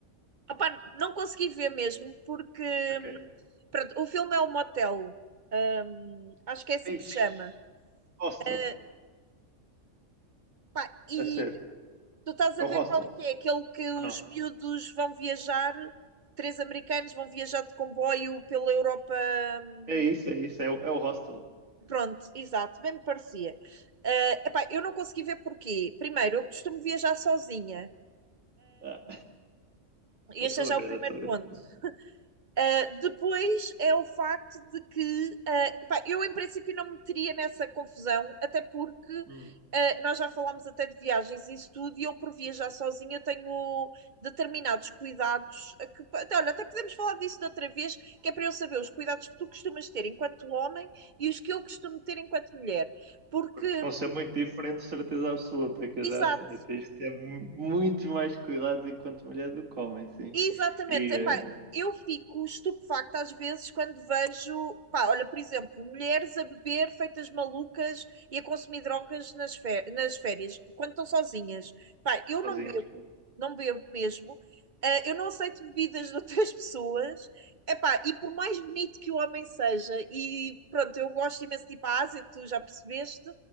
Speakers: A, on the right; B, on the right.
A: Opá, não consegui ver mesmo, porque hum,
B: Ok.
A: pronto, o filme é o Motel. Hum, acho que é assim
B: Ixi.
A: que se chama.
B: Hostel,
A: Eh, pá, e
B: deve ser.
A: tu estás
B: É
A: a
B: o
A: ver
B: hostel,
A: qual é que é? Aquele que os
B: ou não?
A: miúdos vão viajar, três americanos vão viajar de comboio pela Europa, hum,
B: É isso, é isso, é o, é o hostel.
A: Pronto, exato, bem me parecia. Ah, epá, eu não consegui ver porquê. Primeiro, eu costumo viajar sozinha.
B: Ah,
A: E
B: eu
A: este
B: estou
A: é já
B: a ver,
A: o primeiro
B: eu estou a ver.
A: ponto. Ah, depois é o facto de que, ah, epá, eu em princípio não me meteria nessa confusão, até porque
B: Hum.
A: ah, nós já falámos até de viagens e isso tudo, e eu por viajar sozinha tenho determinados cuidados a que, até, olha, até podemos falar disso de outra vez, que é para eu saber os cuidados que tu costumas ter enquanto homem e os que eu costumo ter enquanto mulher. Porque
B: Pois, vão ser muito diferentes, certeza absoluta, que eu
A: Exato,
B: já sei. Tens de ter mu- muito mais cuidado enquanto mulher do que homem, sim.
A: exatamente.
B: E
A: Epá,
B: eh,
A: eu fico estupefacta às vezes quando vejo, pá, olha, por exemplo, mulheres a beber feitas malucas e a consumir drogas nas, fé- nas férias, quando estão sozinhas. Pá, eu
B: sozinhas,
A: não bebo,
B: pois.
A: não bebo mesmo. Ah, eu não aceito bebidas de outras <laughs> pessoas. Epá, e por mais bonito que o homem seja, e pronto, eu gosto imenso de ir para a Ásia, tu já percebeste,